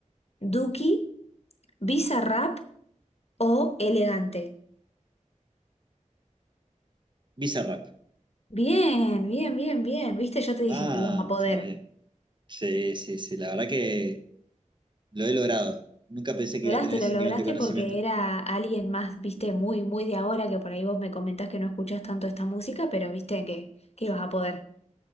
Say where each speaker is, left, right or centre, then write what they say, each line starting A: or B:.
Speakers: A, on the left; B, on the right.
A: Duki, Bizarrap o Elegante.
B: Bizarrap.
A: Bien, bien, bien, bien. Viste, yo te dije
B: Vamos,
A: que ibas a poder.
B: todavía. Sí, sí, sí, la verdad que lo he logrado. Nunca pensé que
A: Lograste,
B: iba a tener ese
A: lo lograste
B: nivel de conocimiento.
A: porque era alguien más, viste, muy, muy de ahora, que por ahí vos me comentás que no escuchás tanto esta música, pero viste que, que ibas a poder.